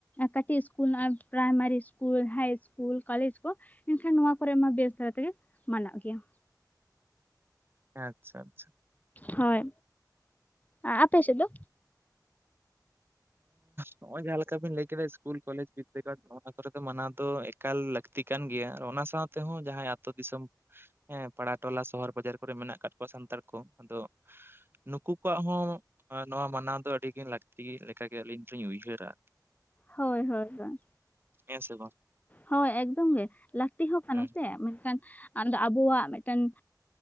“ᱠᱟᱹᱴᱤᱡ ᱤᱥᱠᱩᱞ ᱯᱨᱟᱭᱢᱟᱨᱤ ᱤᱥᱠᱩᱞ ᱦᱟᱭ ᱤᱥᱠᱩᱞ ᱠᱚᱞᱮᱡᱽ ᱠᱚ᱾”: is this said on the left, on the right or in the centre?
Left